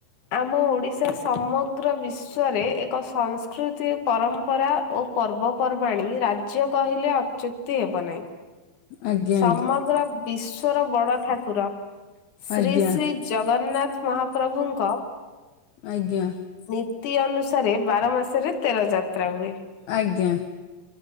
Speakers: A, on the left; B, on the left.
A: ଆମ ଓଡ଼ିଶା ସମଗ୍ର ବିଶ୍ଵରେ ଏକ ସଂସ୍କୃତି ପରମ୍ପରା ଓ ପର୍ବପର୍ବାଣି ରାଜ୍ୟ କହିଲେ ଅଚ୍ୟୁକ୍ତି ହେବ ନାହିଁ।
B: ଆଜ୍ଞା
A: ସମଗ୍ର ବିଶ୍ଵର ବଡ଼ ଠାକୁର ଶ୍ରୀ
B: ଆଜ୍ଞା
A: ଶ୍ରୀ ଜଗନ୍ନାଥ ମହାପ୍ରଭୁଙ୍କ
B: ଆଜ୍ଞା।
A: ନୀତି ଅନୁସାରେ ବାର ମାସରେ ତେର ଯାତ୍ରା ହୁଏ।
B: ଆଜ୍ଞା।